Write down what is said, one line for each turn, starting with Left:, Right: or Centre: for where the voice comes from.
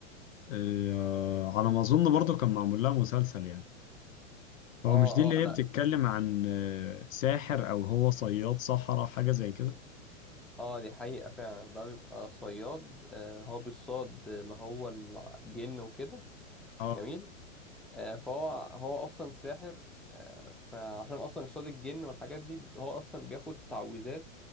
Left: آه، على ما أظن برضو كان معمول لها مسلسل يعني هو
Centre: اه
Left: مش دي اللي
Centre: اه لا
Left: هي بتتكلم عن آه، ساحر أو هو صياد صحراء حاجة زي كده
Centre: اه دي حقيقة فعلا ده بيبقى صياد آه، هو بيصاد اللي هو الجن وكده
Left: اه
Centre: جميل آه، فهو هو اصلا ساحر آه، فعشان اصلا يصطاد الجن والحاجات دي هو اصلا بياخد تعويذات